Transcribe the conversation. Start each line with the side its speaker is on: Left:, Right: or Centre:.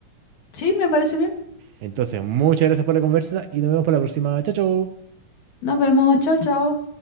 Left: Sí, me parece bien.
Right: Entonces, muchas gracias por la conversa y nos vemos para la próxima. Chao, chao.
Left: Nos vemos. Chao, chao.